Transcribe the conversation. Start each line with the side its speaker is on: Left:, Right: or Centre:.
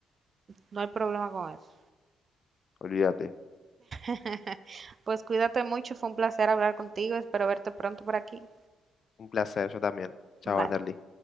Right: no hay problema con eso.
Left: Olvídate.
Right: <laughs> Pues cuídate mucho, fue un placer hablar contigo, espero verte pronto por aquí.
Left: Un placer, yo también. Chao,
Right: Bye.
Left: Anderly.